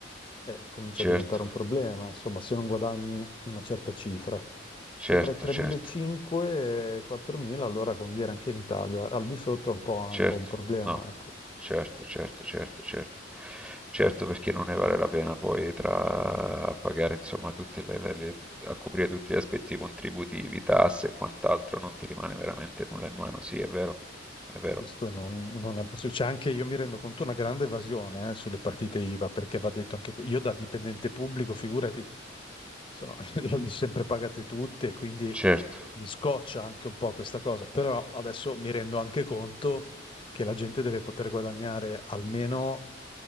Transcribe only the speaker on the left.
eh, comincia
a diventare un problema, insomma se non guadagni una certa cifra.
Sopra i 3.500
e 4.000 allora conviene anche in Italia, al di sotto è un po',
un po' un problema,
ecco.
Questo non, non è possibile. C'è anche, io mi rendo conto, una grande evasione, eh, sulle partite IVA, perché va detto anche que- io da dipendente pubblico, figurati, sono, <laughs> le ho sempre pagate tutte, quindi
mi scoccia anche un po' questa cosa. Però adesso mi rendo anche conto che la gente deve poter guadagnare almeno,